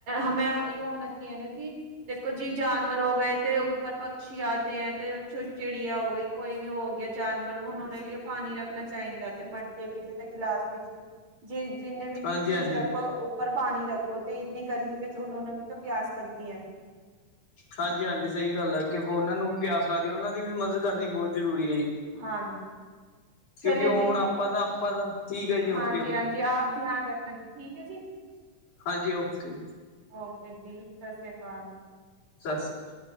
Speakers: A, on the right (about 55°); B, on the left (about 65°).
A: ਹਮੈਂ ਇਹ ਹੋਣਾ ਚਾਹੀਏ ਨਾ ਜੀ। ਦੇਖੋ ਜੀ ਜਾਨਵਰ ਹੋ ਗਏ ਤੇ ਉੱਪਰ ਪੱਕਸ਼ੀ ਆਦੇ ਹੈ ਤੇ ਚਿੜੀਆ ਹੋ ਗਈ। ਕੋਈ ਵੀ ਹੋ ਗਿਆ ਜਾਨਵਰ ਹੁਣ ਉਹਨੋ ਲਈ ਪਾਣੀ ਰੱਖਣਾ ਚਾਹੀਦਾ ਤੇ ਮਟਕੇ ਵਿੱਚ ਤੇ ਗਿਲਾਸ ਵਿੱਚ ਜੇ ਜਿੰਨੇ ਵੀ ਚੀਜ਼
B: ਹਾਂਜੀ
A: ਵਿੱਚ
B: ਹਾਂਜੀ
A: ਰੱਖੋ ਓ ਪਰ ਪਾਣੀ ਰੱਖੋ ਤੇ ਇੰਨੀ ਗਰਮੀ ਵਿੱਚ ਉਹ ਨੂੰ ਵੀ ਤਾਂ ਪਿਆਸ ਲੱਗਦੀ ਹੈ
B: ਹਾਂਜੀ ਹਾਂਜੀ ਸਹੀ ਗੱਲ ਹੈ ਕਿ ਉਹਨਾਂ ਨੂੰ ਵੀ ਪਿਆਸ ਲਾ ਦੀ ਉਹਨਾਂ ਦੀ ਵੀ ਮਦਦ ਕਰਨੀ ਬਹੁਤ ਜ਼ਰੂਰੀ ਹੈ ਜੀ
A: ਹਾਂਜੀ
B: ਕਿਉਂਕਿ
A: ਚਲੇ
B: ਹੁਣ
A: ਜੀ
B: ਆਪਾਂ ਤਾਂ ਆਪਾਂ ਤਾਂ ਠੀਕ ਹੈ ਜੀ ਓਕੇ
A: ਹਾਂਜੀ
B: ਓਕੇ
A: ਹਾਂਜੀ ਆਪ ਧਿਆਨ ਰੱਖਣਾ ਜੀ ਠੀਕ ਹੈ ਜੀ
B: ਹਾਂਜੀ ਓਕੇ
A: ਓਕੇ ਜੀ ਸਤਿ ਸ੍ਰੀ ਅਕਾਲ
B: ਸਤਿ ਸ਼੍ਰੀ